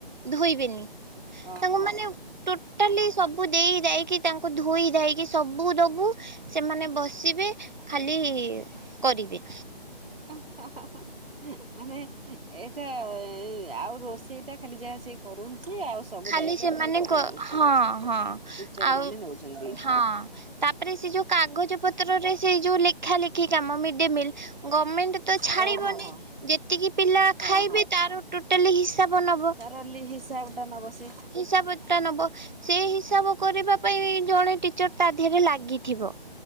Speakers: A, on the right (about 50°); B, on the right (about 65°).
A: ଧୋଇବେନି
B: ଓହୋ।
A: ତାଙ୍କୁ ମାନେ ଟୋଟାଲି ସବୁ ଦେଇ ଯ ଦେଇକି ତାଙ୍କୁ ଧୋଇ ଦେଇକି ସବୁ ଦବୁ ସେମାନେ ବସିବେ ଖାଲି କରିବେ
B: <inaudible> ମାନେ ଏଇଟା ଆଉ ରୋଷେଇଟା ଖାଲି ଯାହା ସେ କରଉଛି ଆଉ ସବୁ
A: ଖାଲି
B: ଦାୟିତ୍ଵ
A: ସେମାନେ
B: ଧର ତମେ
A: ହଁ
B: ନଉଛ ସବୁ
A: ହଁ
B: ଟିଚର
A: ଆଉ
B: ମାନେ ନଉଛନ୍ତି।
A: ହଁ ତା ତା ପରେ ସେ ଯୋଉ କାଗଜ ପତ୍ରରେ ସେଇ ଯୋଉ ଲେଖା ଲେଖି କାମ ମି <inaudible> ଗଭର୍ମେଣ୍ଟ ତ ଛାଡ଼ିବନି
B: ହଁ ହଁ ହଁ
A: ଯେତିକି ପିଲା
B: ହଁ
A: ଖାଇବେ ତାର ଟୋଟାଲି ହିସାବ ନବ।
B: ରଲି ହିସାବଟା ନବ ସେ
A: ହିସାବ ଟା ନବ ସେଇ ହିସାବ କରିବା ପାଇଁ ଜଣେ ଟିଚର ତା ଦେହରେ ଲାଗିଥିବ